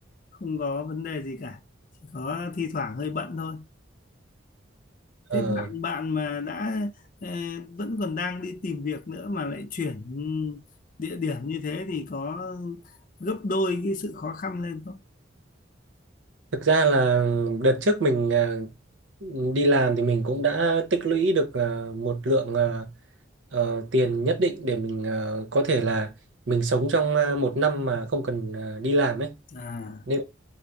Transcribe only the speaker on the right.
ờ
Thực ra là đợt trước mình à, đi làm thì mình cũng đã tích lũy được à, một lượng à, ờ, tiền nhất định để mình ờ, có thể là mình sống trong à, một năm mà không cần à, đi làm ấy.
Nên